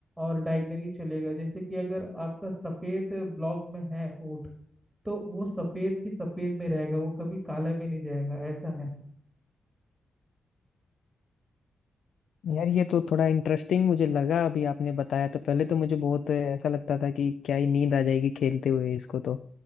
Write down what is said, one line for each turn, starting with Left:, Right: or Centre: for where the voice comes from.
Right: और डायगनली चलेगा जैसे कि अगर आपका सफेद ब्लॉक में है ऊँट तो वो सफेद की सफेद में रहेगा वो कभी काले में नहीं जाएगा ऐसा है
Left: यार ये तो थोड़ा इंटरेस्टिंग मुझे लगा अभी आपने बताया तो पहले तो मुझे बहुत ऐसा लगता था कि क्या ही नींद आ जाएगी खेलते हुए इसको तो